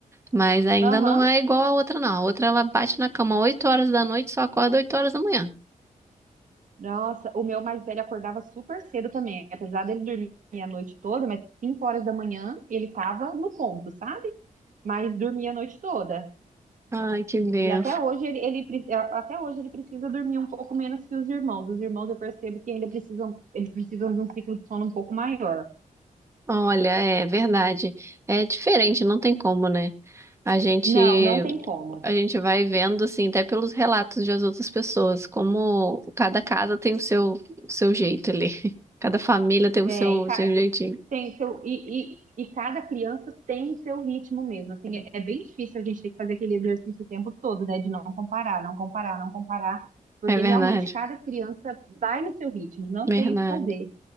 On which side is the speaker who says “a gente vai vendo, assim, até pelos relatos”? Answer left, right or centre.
Right